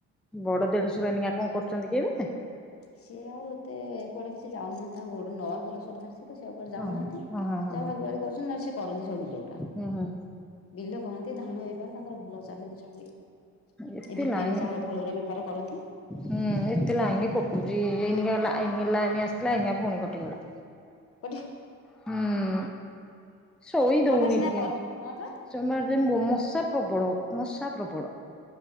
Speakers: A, in the centre; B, on the left (about 50°).
A: ବଡ ଦେଢଶୁର ଏଇନିକା କଣ କରୁଚନ୍ତି କି ଏବେ?
B: ସିଏ ଆଉ ଏତେ କୁଆଡେ କିଛି ଯାଉନାହାନ୍ତି ତାଙ୍କୁ ଗୋଟେ ନର୍ଭ ଦୋଷ ବାହାରିଚି। ତ ସିଏ ଆଉ କୁଆଡେ ଯାଉନାହାନ୍ତି
A: ଓହୋ ହଁ ହଁ ହଁ
B: ଯାହା
A: ହଁ
B: ଭାଗୁଆଳି କରୁଚନ୍ତି ନହେଲେ ସିଏ କରନ୍ତି ସବୁ ବିଲଗୁରା।
A: ହୁଁ ହୁଁ
B: ବିଲ କରନ୍ତି ଧାନ ବେପାର ତାଙ୍କର ଭଲ ଚାଲେ ସବୁଇଏ।
A: ଏତେ
B: ଏ ଭିପିଲେ
A: ଲାଇନି
B: ଚାଉଳ ଫାଉଳ ଉରା ବେପାର କରନ୍ତି।
A: ହୁଁ ଏତେ ଲାଇନି କଟୁଛି। ଏଇନିକା ଲାଇନି ଲାଇନି ଆସିଥିଲା ଏଇନି କା ପୁଣି କଟିଗଲା।
B: ପଠି
A: ହୁଁ ଶୋଇ ଦଉନି
B: ହଁ ବା ସିନା
A: ଟିକେ।
B: ବ ହଁ ବା
A: ସେମାରେ ମଶା ପ୍ରବଳ ମଶା ପ୍ରବଳ।